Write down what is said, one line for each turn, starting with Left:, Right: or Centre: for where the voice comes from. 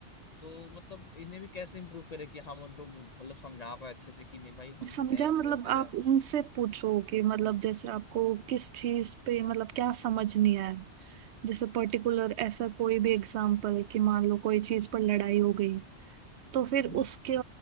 Left: तो मतलब इन्हें भी कैसे इम्प्रूव करे कि हम उनको मतलब समझा पाए अच्छे से कि नहीं भाई हम
Right: समझा
Left: हैं एक्सप्रेसिव
Right: मतलब आप
Left: यार
Right: उनसे पूछो कि मतलब जैसे आपको किस चीज पे मतलब क्या समझ नहीं आया जैसे पर्टिकुलर ऐसा कोई भी एग्जाम्पल कि मान लो कोई चीज पर लड़ाई हो गई तो फिर
Left: हम्म,
Right: उसके